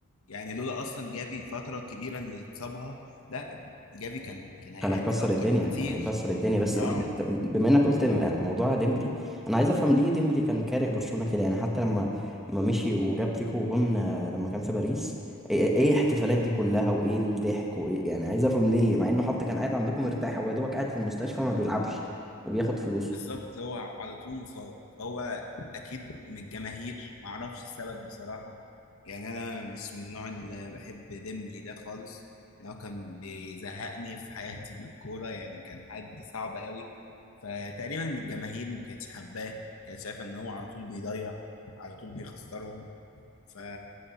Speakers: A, on the left (about 70°); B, in the centre.
A: يعني لولا اصلا جافي الفتره الكبيره اللي اتصابها لا جافي كان كان هيأدي
B: كان هيكسر
A: اكتر
B: الدنيا
A: بكتير
B: كان هيكسر الدنيا بس
A: اه
B: ب- بما انك قلت موضوع ديمبلي انا عايز افهم ليه ديمبلي كان كاره برشلونة كده يعني حتى لما ما مشي وجاب فيكو جون آه، لما كان في باريس ايه إيه إيه الاحتفالات دي كلها وايه الضحك وايه يعني عايز افهم ليه مع انه حتى كان قاعد عندكم مرتاح ويا دوبك قاعد في المستشفى ما بيلعبش وبياخد فلوسه
A: بالظبط هو على طول مصاب هو اكيد من الجماهير معرفش السبب بصراحه يعني انا مش من النوع اللي بحب ديمبلي ده خالص يعني هو كان بيزهقني في حياتي من الكوره يعني كان حد صعب قوي فتقريبا الجماهير ما كانتش حباه كانت شايفه ان هو على طول بيضيع على طول بيخسرهم ف